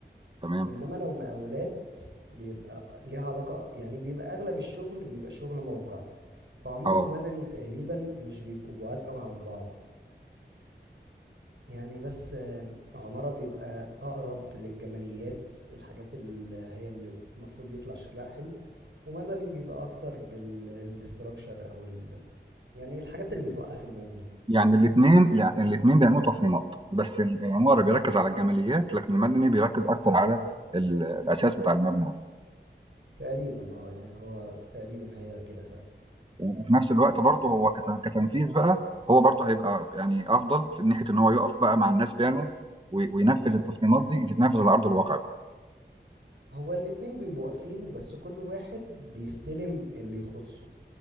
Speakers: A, on the right; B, on the right.
A: تمام،
B: انما لو مقاولات بيبقى ليها علاقة يعني بيبقى اغلب الشغل بيبقى شغل موقع فعمارة
A: آه.
B: ومدني تقريبا مش بيبقوا بعاد قوي عن بعض يعني بس آه، عمارة بيبقى اقرب للجماليات الحاجات اللي هي اللي المفروض يطلع شكلها حلو ومدني بيبقى اكتر بالاستراكشر او ال... يعني الحاجات اللي بتوقف المبنى
A: يعني الاتنين الع الاتنين بيعملوا تصميمات، بس ال العمارة بيركّز على الجماليات، لكن المدني بيركّز أكتر على ال الأساس بتاع المبنى
B: تقريبا اه يعني هو تقريبا هي كده فعلا
A: وفي نفس الوقت برضه
B: بس
A: هو كت- كتنفيذ بقى هو برضه هيبقى يعني افضل في ناحيه ان هو يقف بقى مع الناس فعلا وي- وينفذ التصميمات دي تتنفذ على ارض الواقع بقى
B: هو الاتنين بيبقوا واقفين بس كل واحد بيستلم اللي يخصه